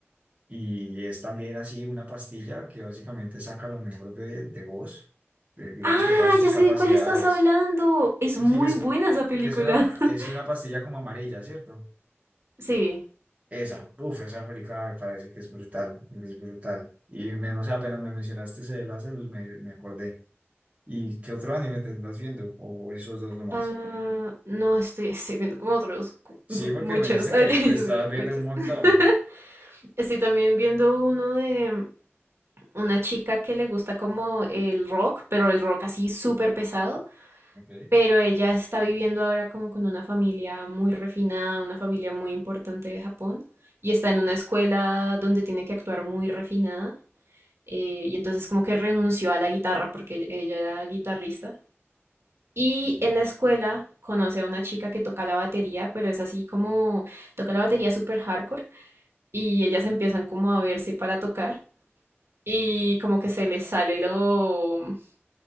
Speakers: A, on the right; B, on the right.
A: Y es también así una pastilla que básicamente saca lo mejor de, de vos, de, digamos
B: Ah,
A: que todas tus
B: ya sé
A: capacidades.
B: de cuál estás hablando. Es muy
A: Sí, que es,
B: buena
A: como-
B: esa película.
A: que es una,
B: <laughs>
A: es una pastilla como amarilla, ¿cierto?
B: Sí.
A: Esa, uff, esa película me parece que es brutal, es brutal. Y menos apenas me mencionaste ese de Lazarus, me, me acordé. ¿Y qué otro anime te estás viendo? O o esos dos nomás.
B: Ah, no estoy, <laughs> estoy viendo como otros cu-
A: Sí,
B: <laughs>
A: porque
B: muchos.
A: me dijiste
B: <laughs> Ay,
A: que te estabas
B: yo sí,
A: viendo
B: muchos.
A: un montón.
B: <laughs> Estoy también viendo uno de una chica que le gusta como el rock, pero el rock así súper pesado.
A: Ok,
B: pero ella está viviendo ahora como con una familia muy refinada, una familia muy importante de Japón, y está en una escuela donde tiene que actuar muy refinada, eh, y entonces como que renunció a la guitarra porque ella ella era guitarrista, y
A: ok.
B: en la escuela conoce a una chica que toca la batería, pero es así como toca la batería súper hardcore, y ellas empiezan como a verse para tocar. Y como que se les sale lo,